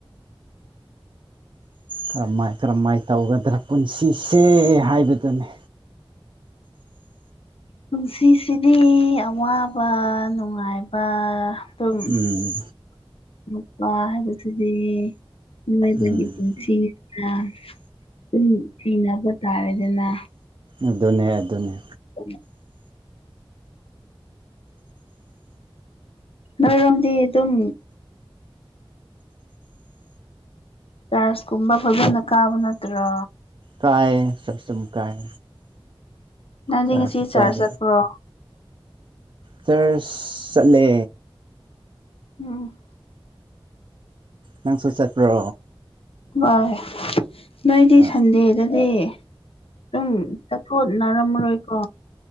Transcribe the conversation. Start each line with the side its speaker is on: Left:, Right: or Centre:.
Right: ꯀꯔꯝꯍꯥꯏ ꯀꯔꯝꯍꯥꯏꯅ ꯇꯧꯒꯗ꯭ꯔꯥ ꯄꯨꯟꯁꯤꯁꯦ ꯍꯥꯏꯕꯗꯨꯅꯤ
Left: ꯄꯨꯟꯁꯤꯁꯤꯗꯤ ꯑꯋꯥꯕ ꯅꯨꯡꯉꯥꯏꯕ ꯑꯗꯨꯝ
Right: ꯎꯝ
Left: ꯃꯄꯥ ꯍꯥꯏꯕꯁꯤꯗꯤ ꯃꯣꯏꯗꯒꯤ
Right: ꯎꯝ
Left: ꯄꯨꯟꯁꯤꯅ ꯑꯗꯨꯨꯝ ꯊꯤꯅꯕ ꯇꯥꯔꯦꯗꯅ
Right: ꯑꯗꯨꯅꯦ ꯑꯗꯨ ꯑꯗꯨꯅꯦ
Left: ꯎꯝ ꯅꯣꯏꯔꯣꯝꯗꯤ ꯑꯗꯨꯝ ꯆꯥꯔꯖ ꯀꯨꯝꯕ ꯐꯖꯅ ꯀꯥꯕ ꯅꯠꯇ꯭ꯔꯥ
Right: ꯀꯥꯏ ꯁꯔꯝ ꯀꯥꯏ
Left: ꯅꯪꯗꯤ
Right: ꯆꯔꯆ
Left: ꯉꯁꯤ ꯆꯥꯔꯖ
Right: ꯀꯥꯏ
Left: ꯆꯠꯈ꯭ꯔꯣ
Right: ꯆꯔꯁ ꯆꯠꯂꯦ
Left: ꯎꯝ
Right: ꯅꯪꯁꯨ ꯆꯠꯄ꯭ꯔꯣ
Left: ꯃꯣꯏ ꯅꯣꯏꯗꯤ
Right: ꯑ
Left: ꯁꯟꯗꯦꯗꯅꯦ ꯑꯗꯨꯝ ꯆꯠꯊꯣꯠꯅꯔꯝꯃꯔꯣꯏꯀꯣ